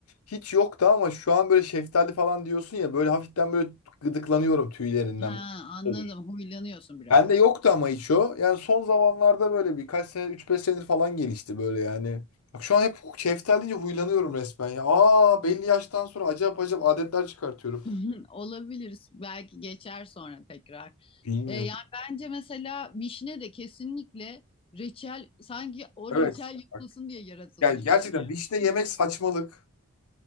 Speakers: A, on the left (about 90°); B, on the left (about 25°).
A: hiç yoktu ama şu an böyle şeftali falan diyorsun ya böyle hafiften böyle gıdıklanıyorum tüylerinden.
B: Ha anladım.
A: Olur.
B: Huylanıyorsun biraz.
A: Bende yoktu ama hiç o. Yani son zamanlarda böyle birkaç sene üç beş senedir falan gelişti böyle yani. Bak şu an hep şeftali deyince huylanıyorum resmen ya. Aa belli yaştan sonra acayip acayip adetler çıkartıyorum.
B: <laughs> Olabilir. Belki geçer sonra tekrar.
A: Bilmiyorum.
B: E, yani bence mesela vişne de kesinlikle reçel sanki o
A: Evet.
B: reçel yapılsın
A: Bak,
B: diye yaratılmış
A: yani gerçekten
B: bir şey.
A: işte yemek saçmalık.